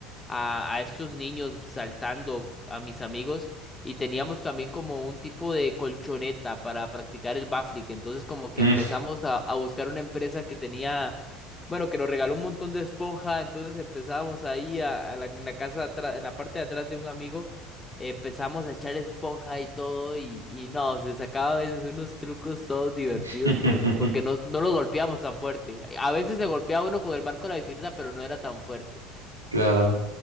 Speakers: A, on the left; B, on the right.
A: a, a estos niños saltando, a mis amigos, y teníamos también como un tipo de colchoneta para practicar el backflip. Entonces como que
B: mm.
A: empezamos a, a buscar una empresa que tenía... Bueno, que nos regaló un montón de esponja, entonces empezábamos ahí a, a la, en la casa atrás, en la parte de atrás de un amigo Empezamos a echar esponja y todo y, y no, se sacaba a veces unos trucos todos divertidos
B: <laughs>
A: por, porque no, no lo golpeamos tan fuerte. A veces se golpeaba uno con el marco de la bicicleta, pero no era tan fuerte.
B: Claro.